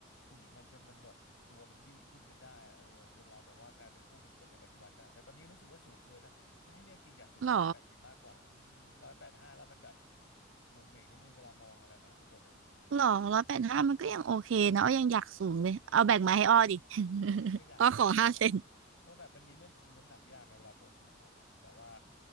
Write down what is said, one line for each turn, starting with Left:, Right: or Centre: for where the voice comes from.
Left: ฝืนมันจนมันแบบตัวมันยืดขึ้นจนได้อะเออจนเราแบบว่ากลายเป็นผู้เป็นคนในปัจจุบันได้แต่ตอนนี้รู้สึกว่าสูงเกินนะถ้าให้เลือกจริงอยากสูงแค่ร้อยแปดสิบมากกว่าอืมร้อยแปดห้าแล้วมันแบบ
Right: หรอ
Left: วงเวงนิดนึงเวลามองอะไรมาข้างบนอ่ะ
Right: หรอร้อยแปดห้ามันก็ยังโอเคนะอ้อยังอยากสูงเลยเอาแบ่งมาให้อ้อดิ <laughs>
Left: <laughs> ก็อยากแบ่งให้อยู่นะ
Right: อ้อขอห้าเซน
Left: เพราะแบบมันมีเรื่องคุมน้ำหนักยากไงเวลาตัวสูงอะแบบว่า